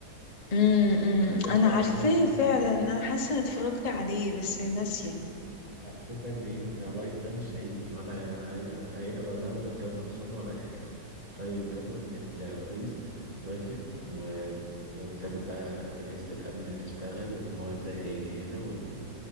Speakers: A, on the left; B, on the right.
A: مم. مم.
B: على اساس
A: انا
B: بقى
A: عارفاه
B: ان
A: فعلا انا حاسه إني اتفرجت عليه بس ناسيه
B: على اساس بقى ان ايه الرئيس ده مش هيجي ولا هي- هيقرا ده ولا الجواب هيوصل له ولا اي حاجه فيتفاجئوا ان الرئيس وافق و- وابتدت بقى اجهزه الامن تشتغل وان هو ازاي هيجي هنا و...